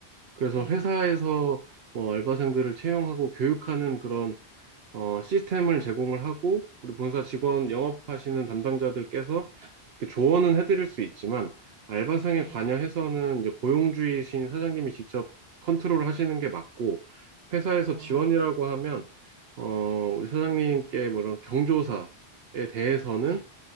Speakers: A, on the right (about 70°); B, on the right (about 40°).
A: 그래서
B: 네,
A: 회사에서 뭐 알바생들을 채용하고 교육하는 그런 어, 시스템을 제공을 하고 우리 본사 직원 영업하시는 담당자들께서 그 조언은 해드릴 수 있지만 알바생에
B: 네,
A: 관여해서는 이제 고용주의신 사장님이 직접 컨트롤을 하시는 게 맞고 회사에서
B: 아,
A: 지원이라고 하면 어 우리 사장님께 뭐런 경조사에 대해서는
B: 네.